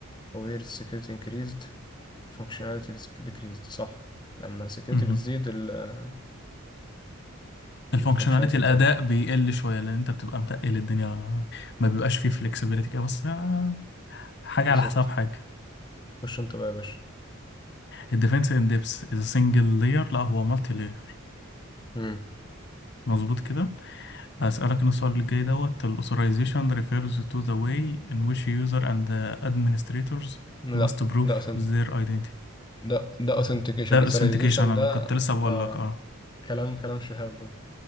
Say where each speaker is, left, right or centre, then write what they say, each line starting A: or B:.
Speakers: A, on the left (about 20°); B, on the left (about 55°).
A: where security increased functionality dis- decreased صح لما security
B: امم
A: بتزيد ال ال
B: الفانكشناليتي
A: functionality
B: الاداء
A: بتقل
B: بيقل شويه لان انت بتبقى متقل الدنيا ما بيبقاش فيه فلكسبيليتي كده بس آه، حاجه
A: بالظبط
B: على حساب حاجه
A: خش انت بقى يا باشا
B: الديفنس ان ديبس از سنجل لاير لا هو مالتي لاير
A: مم.
B: مظبوط كده هسألك أنا السؤال اللي جاي دوت ال authorization refers to the way in which user and the administrators
A: لا
B: must prove
A: ده أثن...
B: their identity
A: ده ده authentication
B: ده ال
A: authorization
B: authentication أنا
A: ده
B: كنت لسه بقول
A: آه.
B: لك اه
A: كلام كلام شهاب ده